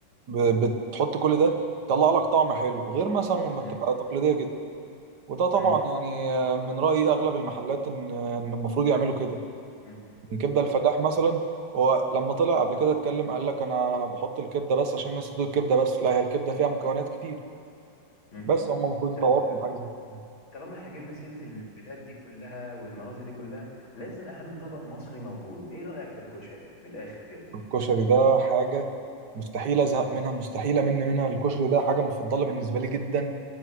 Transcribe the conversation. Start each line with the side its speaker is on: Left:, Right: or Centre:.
Right: ب... بتحط كل ده يطلع لك طعم حلو غير مثلا لما
Left: مم.
Right: بتبقى تقليديه جدا وده طبعا
Left: مم.
Right: يعني آه، من رأي أغلب المحلات إن آه، إن المفروض يعملوا كده
Left: مم.
Right: يعني كبدة
Left: مم.
Right: الفلاح مثلا هو لما طلع قبل كده اتكلم قال لك أنا بحط الكبدة بس عشان الناس بتقول الكبدة بس لا هي الكبدة فيها مكونات كتير
Left: مم.
Right: بس هم المفروض يطوروا
Left: طب
Right: من حاجة زي كده
Left: طالما احنا جبنا سيرة البلاد دي كلها والمناطق دي كلها لازم أهم طبق مصري موجود إيه رأيك في الكشري من الآخر كده
Right: الكشري ده حاجة مستحيل أزهق منها مستحيل أمل منها الكشري ده حاجة مفضلة بالنسبة لي جدا
Left: مم.